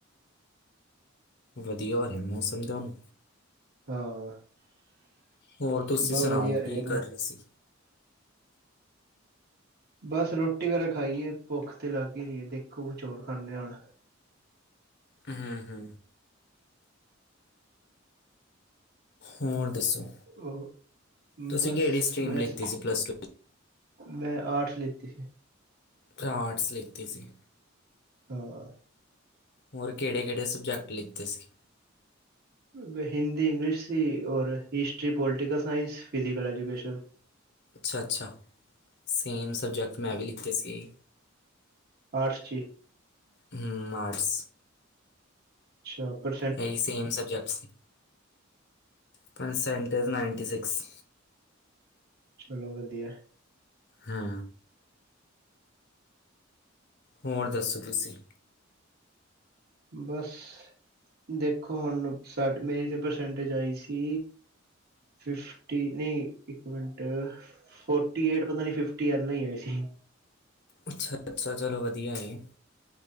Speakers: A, on the left; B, on the right.
A: ਵਦੀਆ ਹੋ ਰੇਯਾ ਮੌਸਮ ਤੇ ਹੋਨ।
B: ਹਾਂ।
A: ਹੋਰ ਤੁਸੀਂ
B: ਬਸ
A: ਸਣਾਓ
B: ਵਧੀਆ ਰਹੇ
A: ਕੀ
B: ਬ-
A: ਕਰ ਰੇ ਸੀ?
B: ਬਾੱਸ ਰੋਟੀ ਵੈਰਾ ਖਾਈ ਏ, ਭੋੱਖ ਤੇ ਲਾੱਗ ਈ ਰੀ ਏ ਦੇਖੋ ਕੁਛ ਹੋਰ ਖਾਂਨੇ ਆ ਹੋਣ।
A: ਹੂੰ-ਹੂੰ। ਹੋਰ ਦੱਸੋ?
B: ਓ,
A: ਤੁਸੀਂ
B: ਬੱਸ
A: ਕਿਹੜੀ ਸਟਰੀਮ
B: ਵੈਸੇ
A: ਲਿੱਤੀ ਸੀ ਪਲੱਸ
B: ਮੈਂ ਆਟਸ ਲਿੱਤੀ ਸੀ।
A: ਪਰ ਆਰਟਸ ਲਿੱਤੀ ਸੀ।
B: ਹਾਂ।
A: ਹੋਰ ਕੇੜੇ-ਕੇੜੇ ਸਬਜੈਕਟ ਲਿੱਤੇ ਸੀ?
B: ਵ ਹਿੰਦੀ ਇੰਗਲਿਸ਼ ਸੀ, ਓਰ history, political science, physical education.
A: ਅੱਛਾ-ਅੱਛਾ, ਸੇਮ ਸਬਜੈਕਟ ਮੈਂ ਵੀ ਲਿੱਤੇ ਸੀ।
B: ਆਟਸ 'ਚੀ?
A: ਹੂੰ, ਆਟਸ।
B: ਅੱਛਾ, ਪਰ
A: ਐਈ same subjects, percentage ninety six.
B: ਚਲੋ ਵਦੀਆ ਐ।
A: ਹੂੰ। ਹੋਰ ਦੱਸੋ ਤੁਸੀ?
B: ਬਂਸ ਦੇਖੋ ਹੋਨ ਸਾਡ, ਮੇਰੀ ਤੇ ਪਰਸੈਂਟੇਜ਼ ਆਈ ਸੀ ਫਿਫਟੀ ਨਈ ਇੱਕ ਮਿੰਟ। ਫੋਟੀ-ਏਟ ਪਤਾ ਨੀ ਫਿਫਟੀ ਐਨਾ ਈ ਹੋਏ ਸੀ।
A: ਅੱਛਾ ਅੱਛਾ ਚਲੋ ਵਦੀਆ ਏ,